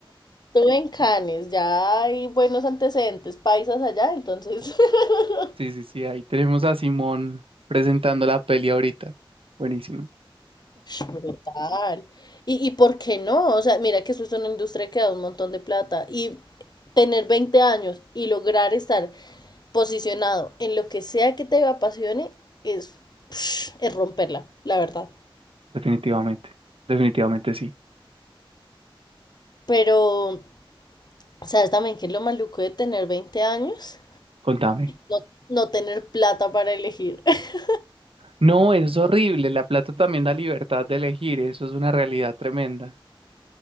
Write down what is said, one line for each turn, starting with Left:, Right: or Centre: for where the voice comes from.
Left: Tú en Cannes, ya hay buenos antecedentes paisas allá, entonces. <laughs>
Right: Sí, sí, sí, ahí tenemos a Simón presentando la peli ahorita. Buenísimo.
Left: Sh, Brutal. Y, ¿Y por qué no? O sea, mira que eso es una industria que da un montón de plata. Y tener 20 años y lograr estar posicionado en lo que sea que te apasione es, es romperla, la verdad.
Right: Definitivamente, definitivamente sí.
Left: Pero ¿Sabes también que es lo maluco de tener 20 años?
Right: Contame.
Left: No, no tener plata para elegir. <laughs>
Right: No, eso es horrible. La plata también da libertad de elegir. Eso es una realidad tremenda.